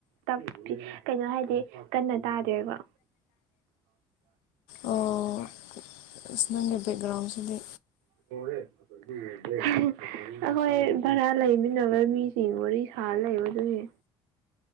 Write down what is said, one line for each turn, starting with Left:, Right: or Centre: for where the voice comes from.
Right: ꯇꯞꯄꯤ ꯀꯩꯅꯣ ꯍꯥꯏꯗꯤ ꯀꯟꯅ ꯇꯥꯗꯦꯕ
Left: ꯑꯣ ꯅꯪꯒꯤ ꯕꯦꯛꯒ꯭ꯔꯥꯎꯟꯁꯤꯗꯤ
Right: <unintelligible> ꯑꯩꯈꯣꯏ ꯚꯥꯔꯥ ꯂꯩꯃꯤꯟꯅꯕ ꯃꯤꯁꯤꯡ ꯋꯥꯔꯤ ꯁꯥꯔ ꯂꯩꯕ ꯑꯗꯨꯒꯤ